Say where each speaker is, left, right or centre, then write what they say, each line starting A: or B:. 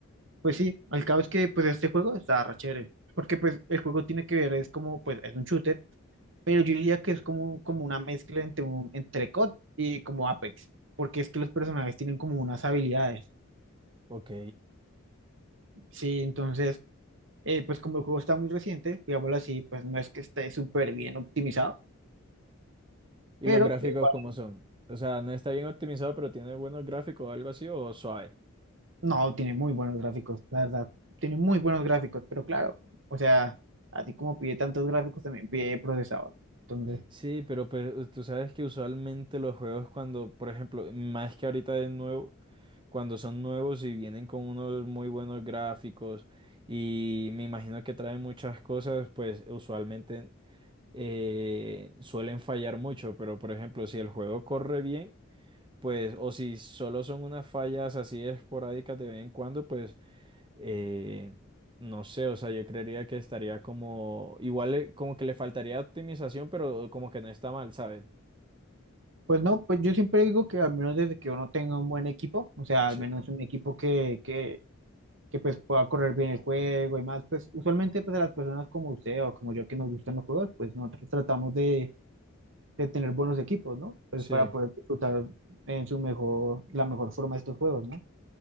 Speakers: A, on the right; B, on the right.
A: Pues sí, al cabo es que pues este juego está re chévere, porque pues el juego tiene que ver, es como, pues es un shooter, pero yo diría que es como, como una mezcla entre un, entre COD y como Apex, porque es que los personajes tienen como unas habilidades,
B: Ok.
A: sí, entonces, eh, pues como el juego está muy reciente, digámoslo así, pues no es que esté súper bien optimizado,
B: ¿Y
A: pero
B: los gráficos
A: igual,
B: cómo son? O sea, no está bien optimizado, pero tiene buenos gráficos o algo así, o suave.
A: no, tiene muy buenos gráficos, la verdad, tiene muy buenos gráficos, pero claro, o sea, así como pide tantos gráficos, también pide procesador, entonces...
B: Sí, pero pues tú sabes que usualmente los juegos cuando, por ejemplo, más que ahorita de nuevo, cuando son nuevos y vienen con unos muy buenos gráficos y me imagino que traen muchas cosas, pues usualmente eh, suelen fallar mucho, pero por ejemplo, si el juego corre bien, pues, o si solo son unas fallas así esporádicas de vez en cuando, pues eh, no sé, o sea, yo creería que estaría como, igual le- como que le faltaría optimización, pero como que no está mal, ¿sabes?
A: Pues no, pues yo siempre digo que al menos desde que uno tenga un buen equipo, o sea,
B: Sí,
A: al menos un equipo que, que, que pues pueda correr bien el juego y más, pues usualmente pues a las personas como usted o como yo que nos gustan los juegos, pues nosotros tratamos de, de tener buenos equipos, ¿no? Pues
B: sí,
A: para poder disfrutar en su mejor, la mejor forma estos juegos, ¿no?